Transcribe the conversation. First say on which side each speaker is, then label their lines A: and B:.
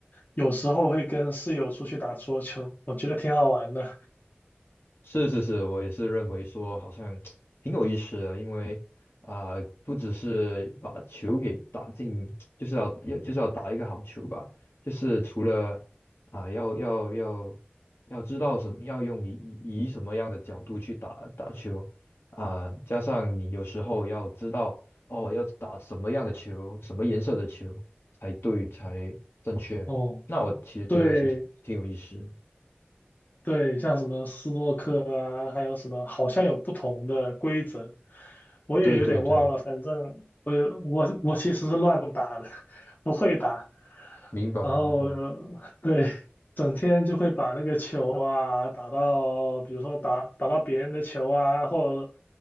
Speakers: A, on the left; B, on the left.
A: 有时候会跟室友出去打桌球，我觉得挺好玩的。
B: 是是是，我也是认为说好像挺有意思的，因为啊、呃不只是把球给打进，就是要要就是要打一个好球吧，就是除了啊、要要要要知道什么，要用以以以什么样的角度去打打球啊、加上你有时候要知道哦，要打什么样的球，什么颜色的球才对才正确，
A: 哦，
B: 那我其实觉得是挺挺有意思的。
A: 对对，像什么斯诺克啊，还有什么，好像有不同的规则。我也有点忘了，
B: 对对对，
A: 反正我也我我其实是乱打的，<laughs> 不会打，
B: 明白明白。
A: 然后呃对，整天就会把那个球啊打到，比如说打打到别人的球啊，或者